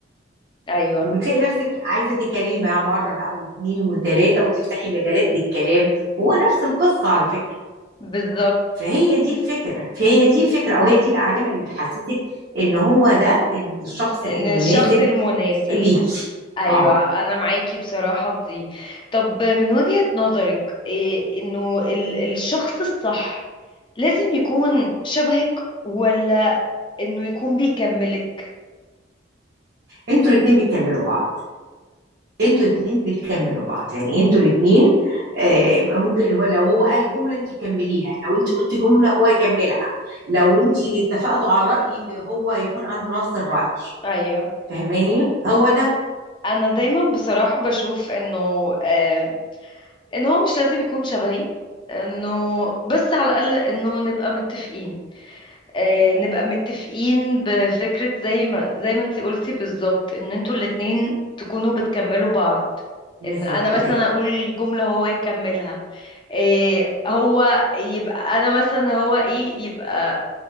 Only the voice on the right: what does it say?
وبتلاقي نفسك عايزه تتكلمي معاه مره بقى واثنين وثلاثه وتفتحي مجالات للكلام هو نفس القصه على فكره
فهي دي الفكرة فهي دي الفكرة أو هي دي العلامة اللي بتحسسك إن هو ده الشخص
المناسب
ليكي
اه
انتوا الاتنين بتكملوا بعض انتوا الاتنين بتكملوا بعض يعني انتوا الاتنين آه، ممكن لو هو قال جملة انت تكمليها لو انت قلت جملة هو يكملها لو انت اتفقتوا على رأي هو يكون عنده نفس الرأي
فاهماني هو ده
بالظبط
كده